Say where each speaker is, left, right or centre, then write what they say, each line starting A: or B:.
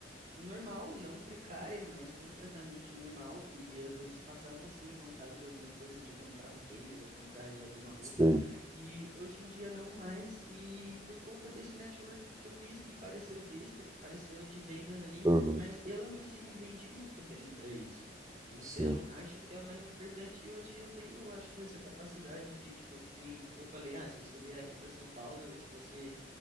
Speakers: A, on the right (about 40°); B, on the right (about 15°).
A: normal, não precária, mas completamente normal, que às vezes passavam sim vontade de alguma coisa, de comprar um tênis ou comprar ali alguma roupa,
B: sim,
A: e hoje em dia não mais, e por conta desse network que eu fiz, que pareceu besta, que pareceu de vendas ali,
B: aham,
A: mas eu em si me vendi muito bem para isso. Então,
B: sim,
A: acho que é o mais importante, e hoje eu tenho, acho que essa capacidade de, tipo, que nem eu falei, ah, se você vier aqui para São Paulo, se você